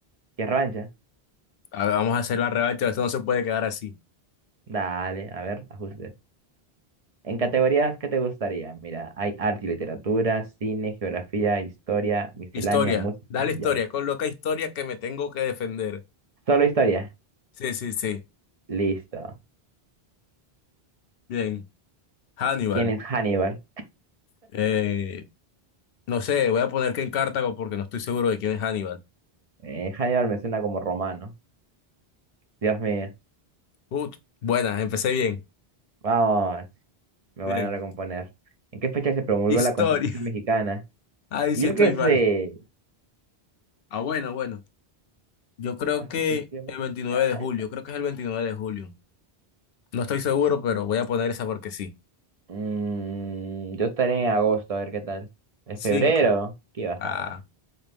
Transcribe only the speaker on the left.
A ver, vamos a hacer la revancha, esto no se puede quedar así.
Historia,
dale historia,
coloca historia que me tengo que defender.
Sí, sí, sí.
Bien. Hannibal.
Eh, no sé, voy a poner que en Cartago porque no estoy seguro de quién es Hannibal.
Ut, buena, empecé bien.
Bien.
Historia.
<laughs>
Ahí
sí
estoy
mal. Ah, bueno, bueno. Yo creo
que el
29 de julio, creo que es el 29 de julio. No estoy seguro, pero voy a poner esa porque sí.
Cinco.
Ah,